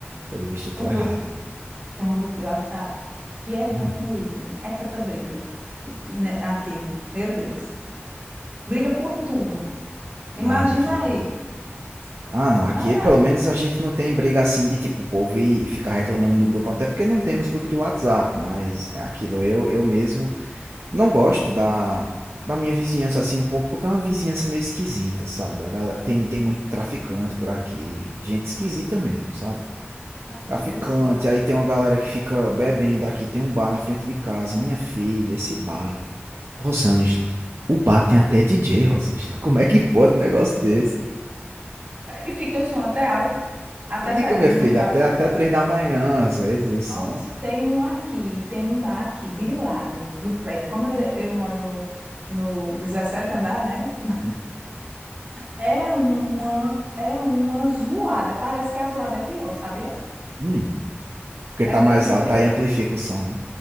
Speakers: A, on the right (about 70°); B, on the right (about 40°).
A: pelo visto eu tô
B: Tem um
A: errado.
B: grupo, tem um grupo de WhatsApp que é tanto
A: Hum.
B: moído, é tanta briga. E, né, aqui, meu Deus. Briga por tudo. Imagina
A: Ah, minha filha.
B: aí.
A: Ah, não, aqui
B: Mas
A: pelo
B: é,
A: menos a gente não tem briga assim de tipo o povo e ficar reclamando no grupo, até porque não temos grupo de WhatsApp, mas é aquilo, eu eu mesmo Não gosto da, da minha vizinhança assim um pouco, porque é uma vizinhança meio esquisita, sabe? A galera, tem, tem muito traficante por aqui, gente esquisita mesmo, sabe?
B: falando
A: Traficante,
B: nisso,
A: aí tem uma galera que fica bebendo aqui, tem um bar na frente de casa, minha filha, esse bar, Rosângela. O bar tem até DJ, Rosângela. Como é que pode um negócio desse?
B: e fica o som até alto, até
A: Fica,
B: sa-
A: minha
B: muito
A: filha,
B: alto.
A: até, até três da manhã, às vezes, o som.
B: Eu Tem um aqui, tem um bar aqui de lado do prédio. Como eu, de- eu moro no, no 17 andar, né? <laughs>
A: Uhum.
B: É uma, é uma zoada. Parece que a zoada é pior, sabia?
A: Hum, porque tá
B: É o,
A: mais
B: me- e,
A: alto,
B: pi-
A: aí amplifica o som, né?